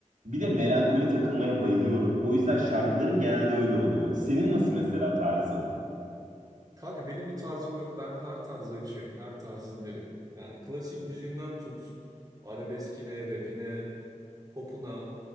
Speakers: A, on the right; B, on the right.
A: Bir de melankoli takılmaya bayılıyorum. O yüzden şarkılarım genelde öyle oluyor. Senin nasıl mesela tarzın?
B: Kanka benim bir tarzım yok. Ben her tarzı açığım. Her tarzı dinlerim. Yani klasik müziğinden tut. Arabeskine, rapine, popuna